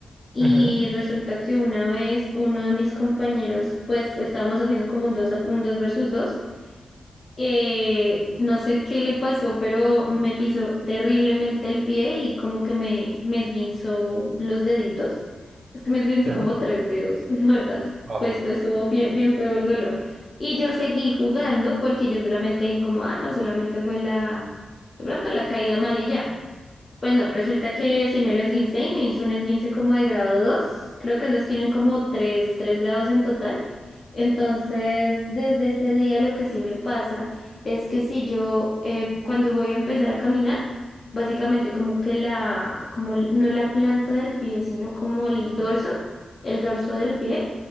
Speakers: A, on the left; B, on the right.
A: Y
B: Ujú,
A: resulta que una vez uno de mis compañeros, pues estábamos haciendo como un dos, a- un dos versus dos eh, no sé qué le pasó, pero me pisó terriblemente el pie y como que me, me esguinzó los deditos. Es que me esguinzó
B: Ya.
A: como tres dedos, <laughs> la verdad.
B: Wow.
A: Pues esto estuvo fie- bien feo el dolor. Y yo seguí jugando porque yo solamente dije como, ah, no, solamente fue la, de pronto la caída mal y ya. Pues no, resulta que sí me lo esguincé y me hice un esguince como de grado 2, Creo que esos tienen como tres, tres grados en total. Entonces, desde ese día lo que sí me pasa es que si yo, eh, cuando voy a empezar a caminar, básicamente como que la, como el- no la planta del pie, sino como el dorso, el dorso del pie,